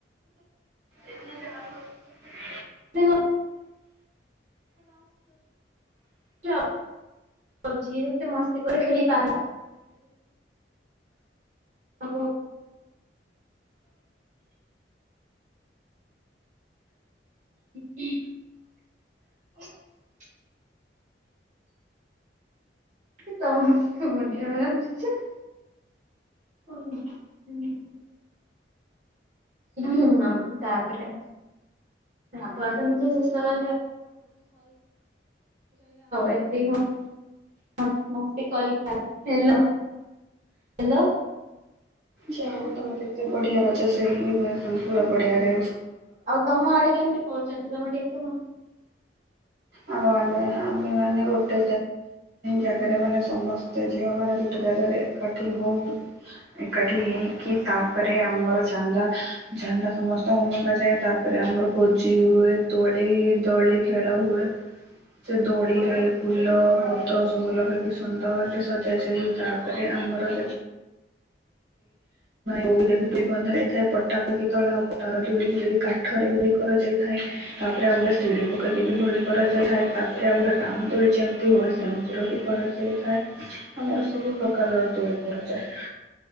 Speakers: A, on the right; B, on the right.
A: ଏ ବାଉୁ
B: <unintelligible> ଝେ ମସ୍ତି କରି ଖେ ପ ଆ <unintelligible> ସମସ୍ତ <unintelligible> ହୁଁ ହଁ। ହ ତାପରେ ତାପ ଶଷର ଏସ୍ଲ
A: ଯା ହଉ ତମେ କେତେ ବଢିଆ ରଜ ସେ ପୁରା ବଢିଆ ରେ
B: ଆଉ ତମ ଆଡେ କେମିତି କରୁଛନ୍ତି ତମେ ଟିକେ <unintelligible>
A: ଆଉ ଆମେ ଆମେମାନୋନ ଗୋଟେ ଜାଗାରେ ମାନେ ସମସ୍ତେ ଝିଅମାନୋନେ ଗୋଟେ ଜାଗାରେ ଏକାଠି ହଉ ଏକାଠି ହେଇକି ତାପରେ ଆମର ଚାନ୍ଦା ଚାନ୍ଦା ସମସ୍ତଙ୍କୁ ମଗାଯାଏ ତାପରେ ଆମର ଭୋଜି ହୁଏ ଦୋଳି ଦୋଳି ଖେଳ ହୁଏ। ସେ ଦୋଳିରେ ଫୁଲ ପତ୍ର ସବୁ ଲଗେଇକି ସୁନ୍ଦରରେ ସଜାଯାଏ ତାପରେ ଆମର ଯ ଉରେ ଦୁଇ ବନ୍ଧରେଇ ଥାଏ ପଟା ପକି ତଳେ ଆଉ ତର ଦୁଳି ବି ଯଦି କାଠରେ ବି କରାଯାଇଥାଏ ତାପରେ ଆଉ ଗୋଟେ ସିଢ଼ି ପକେଇକି ବି ଦୋଳି କରାଯାଇଥାଏ ତାପରେ ଆଉ ଗୋଟେ ରାମଦୋଳି ଯେମିତି ହୁଏ ସେମିତିର ବି କରାଯାଇଥାଏ ଆମର ସବୁ ପ୍ରକାରର ତରି କରାଯାଏ।